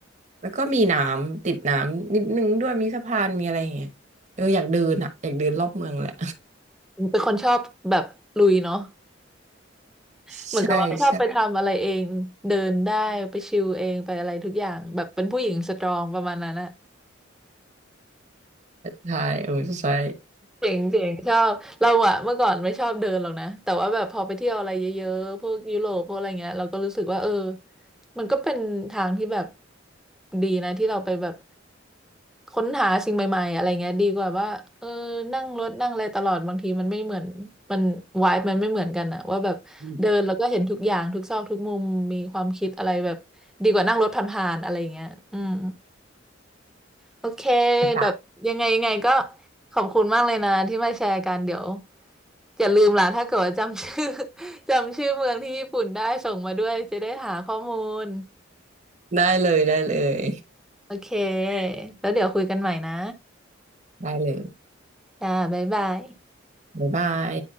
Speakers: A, on the right; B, in the centre.
A: แล้วก็มีน้ำติดน้ำนิดนึงด้วยมีสะพานมีอะไรอย่างเงี้ยเอออยากเดินอ่ะอยากเดินรอบเมืองแหละ
B: เป็นคนชอบแบบลุยเนาะ
A: <laughs>
B: เหมือนกับว่าชอบไปทำอะไรเองเดินได้ไปชิลเองไปอะไรทุกอย่างแบบเป็นผู้หญิงสตรองประมาณนั้นอะ
A: ใช่ใช่ใช่เออใช่
B: เจ๋งเจ๋งชอบเราอะเมื่อก่อนไม่ชอบเดินหรอกนะแต่ว่าแบบพอไปเที่ยวอะไรเยอะๆพวกยุโรปพวกอะไรเงี้ยเราก็รู้สึกว่าเออมันก็เป็นทางที่แบบดีนะที่เราไปแบบค้นหาสิ่งใหม่ๆอะไรเงี้ยดีกว่าว่าเออนั่งรถนั่งอะไรตลอดบางทีมันไม่เหมือนมันวายมันไม่เหมือนกันอะว่าแบบเดินแล้วก็เห็นทุกอย่างทุกซอกทุกมุมมีความคิดอะไรแบบดีกว่านั่งรถผ่านๆอะไรเงี้ยอืม
A: <laughs> อม
B: โอเค
A: กาศ
B: แบบยังไงยังไงก็ขอบคุณมากเลยนะที่มาแชร์กันเดี๋ยวอย่าลืมล่ะถ้าเกิดว่าจำชื่อ <laughs> จำชื่อเมืองที่ญี่ปุ่นได้ส่งมาด้วยจะได้หาข้อมูล
A: <laughs> ได้เลยได้เลย
B: โอเคแล้วเดี๋ยวคุยกันใหม่นะ
A: ได้เลย
B: จ้าบ๊ายบาย
A: บ๊ายบาย